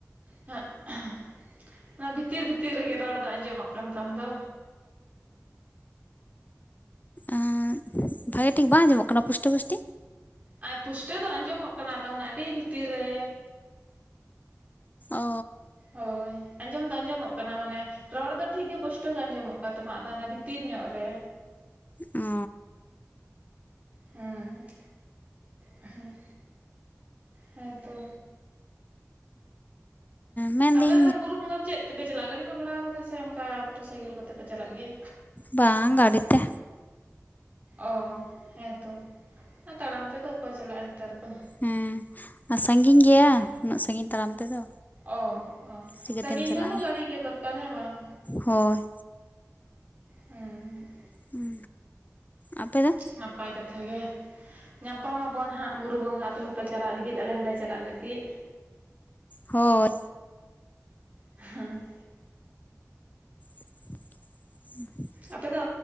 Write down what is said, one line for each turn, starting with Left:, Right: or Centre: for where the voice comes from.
Right: ᱦᱟᱸᱜ ᱵᱷᱤᱛᱤᱨ ᱵᱷᱤᱛᱤᱨ ᱨᱮᱜᱮ ᱨᱚᱲ ᱟᱫᱚ ᱟᱸᱡᱚᱢᱚᱜ ᱠᱟᱱ ᱛᱟᱢ ᱫᱚ?
Left: ᱮᱸ ᱵᱷᱟᱜᱮ ᱴᱷᱤᱠ ᱵᱟᱝ ᱟᱸᱡᱚᱢᱚᱜ ᱠᱟᱱᱟ ᱯᱩᱥᱴᱤᱟᱹ ᱯᱩᱥᱴᱤ?
Right: ᱟᱨ ᱯᱩᱥᱴᱟᱹ ᱫᱚ ᱟᱸᱡᱚᱢᱚᱜ ᱠᱟᱱᱟ, ᱟᱫᱚ ᱟᱹᱰᱤ ᱵᱷᱤᱛᱤᱨ ᱨᱮ᱾
Left: ᱚ
Right: ᱦᱳᱭ ᱟᱸᱡᱚᱢ ᱫᱚ ᱟᱸᱡᱚᱢᱚᱜ ᱠᱟᱱᱟ ᱢᱟᱱᱮ ᱨᱚᱲ ᱫᱚ ᱴᱷᱤᱠ ᱜᱮ ᱯᱚᱥᱴᱚ ᱜᱮ ᱟᱸᱡᱚᱢᱚᱜ ᱠᱟᱱ ᱛᱟᱢᱟ ᱟᱫᱚ ᱚᱱᱟ ᱵᱷᱤᱛᱤᱨ ᱧᱚᱜ ᱨᱮ᱾
Left: ᱚ
Right: ᱦᱮᱸ ᱦᱮᱸ ᱦᱮᱸᱛᱚ
Left: ᱢᱮᱱᱫᱟᱹᱧ
Right: ᱟᱯᱮ ᱫᱚ ᱛᱟᱦᱚᱞᱮ ᱵᱩᱨᱩ ᱵᱚᱸᱜᱟ ᱪᱮᱫ ᱛᱮᱯᱮ ᱪᱟᱞᱟᱜᱼᱟ ᱜᱟᱹᱰᱤ ᱯᱮ ᱵᱷᱟᱲᱟ ᱠᱟᱫᱟ ᱥᱮ ᱚᱱᱠᱟ ᱢᱚᱴᱚᱨ ᱥᱟᱭᱠᱮᱞ ᱠᱚᱛᱮ ᱯᱮ ᱪᱟᱞᱟᱜ ᱜᱮᱭᱟ?
Left: ᱵᱟᱝ ᱜᱟᱹᱰᱤ ᱛᱮ᱾
Right: ᱚ ᱦᱮᱸᱛᱚ ᱛᱟᱲᱟᱢ ᱛᱮᱫᱚ ᱚᱠᱚᱭ ᱪᱟᱞᱟᱜᱼᱟ ᱱᱮᱛᱟᱨ ᱫᱚ᱾
Left: ᱦᱮᱸ ᱟᱨ ᱥᱟᱺ ᱜᱤᱧ ᱜᱮᱭᱟ ᱩᱱᱟᱹᱜ ᱥᱟᱺᱜᱤᱧ ᱛᱟᱲᱟᱢ ᱛᱮᱫᱚ᱾
Right: ᱚ
Left: ᱪᱤᱠᱟᱹᱛᱮᱢ
Right: ᱥᱟᱺᱜᱤᱧ
Left: ᱪᱟᱞᱟᱜᱼᱟ
Right: ᱠᱷᱟᱱ ᱫᱚ ᱜᱟᱹᱟᱹᱲᱤ ᱜᱮ ᱫᱚᱨᱠᱟᱨ ᱦᱮᱸ ᱵᱟᱝ᱾
Left: ᱦᱳᱭ᱾
Right: ᱦᱮᱸ
Left: ᱦᱩᱸ ᱟᱯᱮ ᱫᱚ?
Right: ᱱᱟᱯᱟᱭ ᱠᱟᱛᱷᱟ ᱜᱮ ᱾ ᱧᱟᱯᱟᱢ ᱟᱵᱚᱱ ᱦᱟᱸᱜ ᱵᱩᱨᱩ ᱵᱚᱸᱜᱟ ᱟᱯᱮ ᱦᱚᱸᱯᱮ ᱪᱟᱞᱟᱜ ᱞᱟᱹᱜᱤᱫ ᱟᱞᱮ ᱦᱚᱸᱞᱮ ᱪᱟᱞᱟᱜ ᱞᱟᱹᱜᱤᱫ ᱾
Left: ᱦᱳᱭ
Right: ᱦᱮᱸ
Left: ᱦ
Right: ᱟᱯᱮ ᱫᱚ